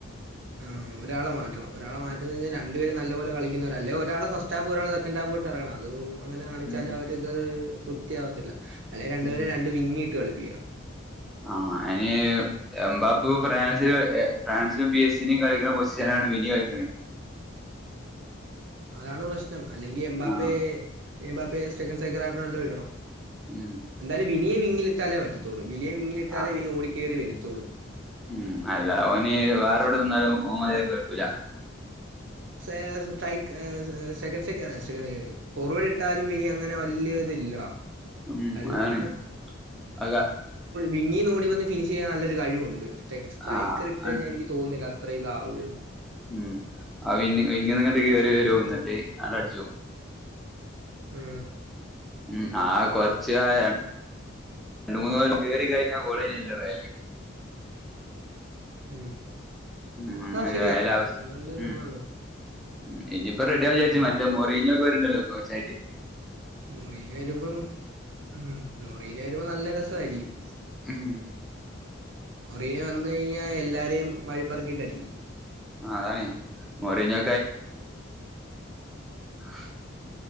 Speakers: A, on the right; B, in the centre.
A: ആഹ് ഒരാളെ മാറ്റണം ഒരാളെ മാറ്റുന്നത് വച്ചാൽ രണ്ടു പേരും നല്ല പോലെ കളിക്കുന്നവര ഒരാള ഒറ്റാ പോരാൾ <unintelligible> ഇറങ്ങണം അത് അങ്ങനെ കാണിച്ചാൽ
B: ഉം
A: അവർക്ക്ത് തൃപ്തിയാവത്തില്ല അല്ലെ രണ്ടുപേരെ
B: ഉം
A: രണ്ട് വിങ്ങിട്ട് കളിപ്പിക്കണം
B: ആഹ് അയിന് എനമ്പപ്പ ഫ്രാൻസി ഫ്രാൻസ പി എസ് സ ഇനി കളിക്കണ <unintelligible> മിനി കളിക്കണേ
A: അതാണ് പ്രശ്നം അല്ലെങ്കി എബാപ്പ
B: ആഹ്
A: എനമ്പപ്പെ സെക്കന്റ <unintelligible> ഒഴിക്കണോ
B: ഉം
A: എന്താലും വിനിയെവിങ്ങിലിട്ടാലേ പറ്റത്തുള്ളൂ വിനിയെ വിങ്ങിലിട്ടാലേ
B: ആഹ്
A: വിനി ഓടിക്കയറി വരുത്തുള്ളൂ
B: ഉം അല്ല അവന് വേറെോവിടെ നിന്നാലും <unintelligible>
A: സ സ്രൈ സെക്കൻ സൈക്ക സെക്ക സൈ ഫോർവേഡ് ഇട്ടാലും ഇനി അങ്ങനെ വലിയ ഇത് ഇല്ലടാ
B: ഉം
A: <unintelligible>
B: അതാണ് അത്
A: വിങ്ങി നോടി വന്ന് ഫിനിഷ് ചെയ്യാൻ നല്ലൊരു കഴിവുണ്ട് സ്ട്ര സ്ട്രൈക്കർ
B: ആഹ്
A: ഇട്ട് കഴിഞ്ഞാ എനിക്ക് തോന്നുന്നില്ല അത്ര ഇതാവുമന്ന്
B: ഉം ആഹ് പിന്നെ ഇങ്ങനങ്ങട്ട് കയറി വരു എന്നിട്ട് അത് അടിച്ചു പോകും
A: ഉം
B: ഉം ആഹ് കൊറച്ച <unintelligible> മൂന്ന് മുതൽ കറി കഴിഞ്ഞാ പോളല്ലറല്ലേ
A: ഉം
B: ഉം
A: ആഹ്‌ ശരിയാ
B: റയല് അവ
A: നല്ല <unintelligible>
B: ഉം ഉം ഇനിയിപ്പ റെഡിയ ആ വിചാരിച്ച്
A: പഴയ
B: മറ്റ <unintelligible> വരണ്ടല്ലോ കോച്ചായിട്ട്
A: മുറിന് വരുമ്പം ഉം മുറിന് വരുമ്പോ നല്ല രസമായിരിക്കും
B: ഉം
A: മുറിന വന്ന് കഴിഞ്ഞാ എല്ലാരെയും വാഴിപ്പറക്കിയിട്ട് അടിക്കും
B: ആഹ് അതാണ് മൊറിനോ <unintelligible>